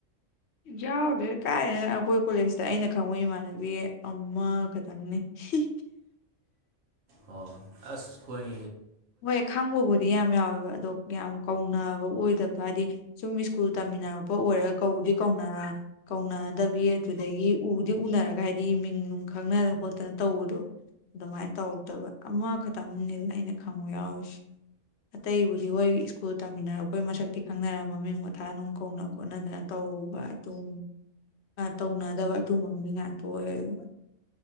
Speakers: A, on the left; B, on the right.
A: ꯌꯥꯎꯗꯦꯗ ꯀꯥꯏꯗꯩꯅꯣ ꯑꯩꯈꯣꯏ ꯀꯣꯂꯦꯖꯇ ꯑꯩꯅ ꯈꯪꯕ ꯏꯃꯥꯟꯅꯕꯤ ꯑꯃꯈꯛꯇꯪꯅꯦ ꯍꯤ
B: ꯑꯣ ꯑꯁ ꯈꯣꯏ
A: ꯍꯣꯏ ꯈꯪꯕꯕꯨꯗꯤ ꯌꯥꯝ ꯌꯥꯎꯋꯦꯕ ꯑꯗꯣ ꯌꯥꯝ ꯀꯧꯅꯕ ꯑꯣꯏꯗꯕꯗꯣ ꯍꯥꯏꯗꯤ ꯁꯨꯝ ꯁ꯭ꯀꯨꯜ ꯇꯝꯃꯤꯟꯅꯔꯛꯄ ꯑꯣꯏꯔꯒ ꯀꯧꯕꯨꯗꯤ ꯀꯧꯅꯔ ꯀꯧꯅꯗꯕꯤ ꯑꯗꯨꯗꯒꯤ ꯎꯗꯤ ꯎꯅꯔꯒ ꯍꯥꯏꯗꯤ ꯃꯤꯡ ꯅꯨꯡ ꯈꯪꯅꯗꯅ ꯈꯣꯠꯇꯅ ꯇꯧꯕꯗꯣ ꯑꯗꯨꯃꯥꯏꯅ ꯇꯧꯔꯛꯇꯕ ꯑꯃꯈꯛꯇꯪꯅꯤꯗ ꯑꯩꯅ ꯈꯪꯕ ꯌꯥꯎꯔꯤꯁꯦ ꯑꯇꯩꯕꯨꯗꯤ ꯍꯣꯏ ꯁ꯭ꯀꯨꯜ ꯇꯥꯃꯤꯟꯅꯔꯛꯄꯩ ꯃꯁꯛꯇꯤ ꯈꯪꯅꯔ ꯃꯃꯤꯡ ꯃꯊꯥ ꯅꯨꯡ ꯀꯧꯅ ꯈꯣꯠꯅꯗꯅ ꯇꯧꯕ ꯑꯗꯨꯝ ꯇꯧꯅꯗꯕ ꯑꯗꯨꯒꯨꯝꯕ ꯃꯤ ꯉꯥꯛꯇ ꯑꯣꯏꯌꯦꯕ